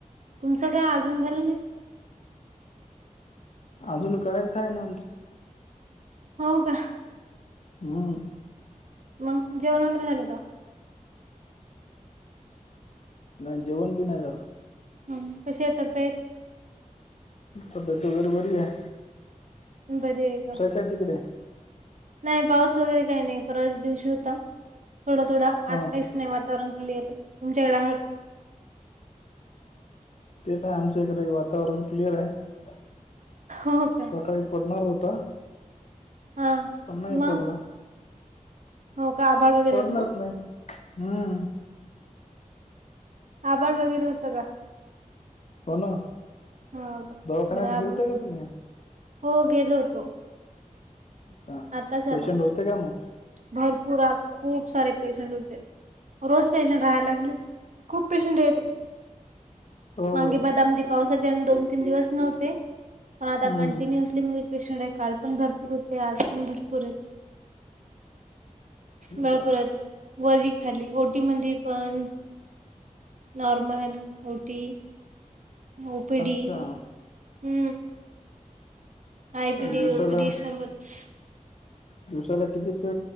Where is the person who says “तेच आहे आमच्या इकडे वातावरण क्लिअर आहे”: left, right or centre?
Left